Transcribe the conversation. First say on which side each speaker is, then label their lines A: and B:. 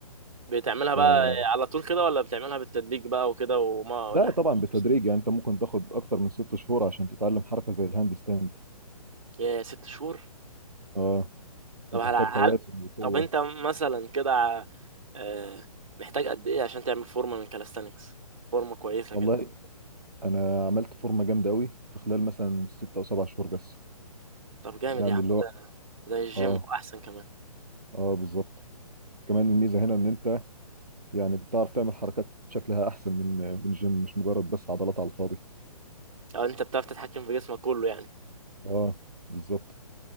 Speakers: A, on the right; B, on the right.
A: بتعملها بقى
B: ف...
A: على طول كده ولا بتعملها بالتدريج بقى وكده وما
B: ده
A: ولا حاجة
B: طبعا بالتدريج يعني انت ممكن تاخد اكتر من ست شهور عشان تتعلم حركه زي الهاند ستاند
A: يا ست شهور
B: اه
A: طب
B: بتحتاج
A: هل, هل
B: توازن وقوه
A: طب انت مثلا كده آه، محتاج قد ايه عشان تعمل فورمة من كالستانكس فورمة كويسة
B: والله
A: كده
B: انا عملت فورمه جامده قوي في خلال مثلا ست او سبع شهور بس
A: طب جامد
B: يعني
A: يا عم
B: اللي هو
A: زي الجيم
B: اه
A: واحسن كمان
B: اه بالظبط كمان الميزه هنا ان انت يعني بتعرف تعمل حركات شكلها احسن من من الجيم مش مجرد بس عضلات على الفاضي
A: او انت بتعرف تتحكم في جسمك كله يعني
B: اه بالظبط